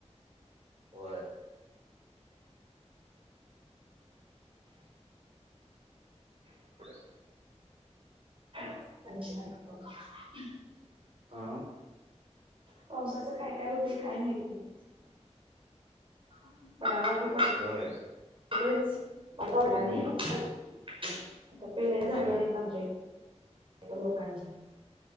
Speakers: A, on the right; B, on the right.
A: होय. कुठे
B: क <inaudible>
A: आ?
B: पावसाचं काय काय होते काय नाही माहीती? <unintelligible>
A: होय.
B: <unintelligible>
A: हम्म होय
B: लोकांच्या